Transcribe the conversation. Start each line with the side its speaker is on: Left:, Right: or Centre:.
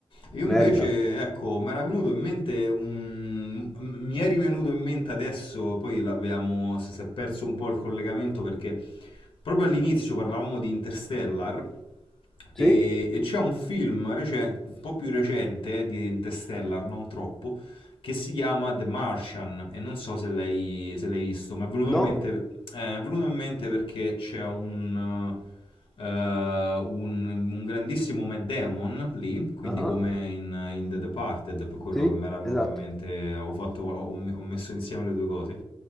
Left: Io
Centre: merita.
Left: invece, ecco, mi era venuto in mente, un- m- mi è rivenuto in mente adesso, poi l'abbiamo, si si è perso un po' il collegamento perché proprio all'inizio parlavamo di Interstellar e,
Centre: Sì?
Left: e c'è un film recen- un po' più recente eh, di Interstellar, non troppo, che si chiama The Martian e non so se l'hai, se l'hai visto, ma è venuto
Centre: No?
Left: in mente, eh, è venuto in mente perché c'è un, eh, un, un grandissimo Matt Damon lì, quindi
Centre: Ah,
Left: come in, in The Departed, è per quello
Centre: Sì?
Left: che mi era venuto
Centre: Esatto.
Left: in mente, ho, fatto- ho- ho messo insieme le due cose.